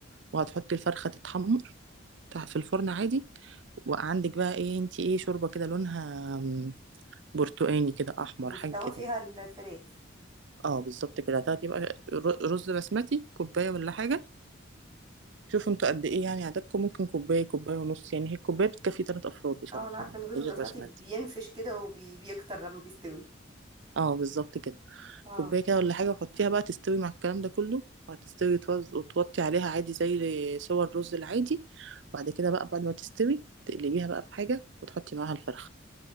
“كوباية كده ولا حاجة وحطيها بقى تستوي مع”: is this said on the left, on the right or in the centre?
Right